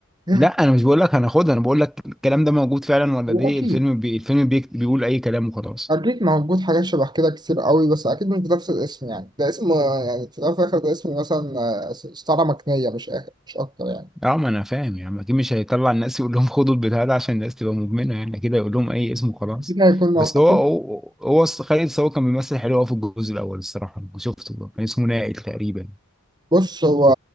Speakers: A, on the right; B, in the centre.
A: <laughs>
B: لا انا مش بقول لك هناخدها انا بقول لك الكلام ده موجود فعلا ولا
A: أكيد
B: دي الفيلم بي... الفيلم بي... بيقول اي كلام وخلاص
A: أكيد موجود حاجات شبه كده كتير قوي بس أكيد مش بنفس الاسم يعني ده اسم آه، يعني في الأول وفي الآخر ده اسم مثلا آه، استعارة مكنية مش آخر مش أكتر يعني
B: اه ما انا فاهم يعني اكيد مش هيطلع الناس يقول لهم خدوا البتاع ده عشان الناس تبقى مدمنه يعني كده يقول لهم اي اسم وخلاص
A: أكيد هيكون مو...
B: بس
A: أكيد
B: هو هو, هو الص- خالد صاوي كان بيمثل حلو أوي في الجزء الاول الصراحه أنا شفته ده. كان اسمه نائل تقريبا
A: بص هو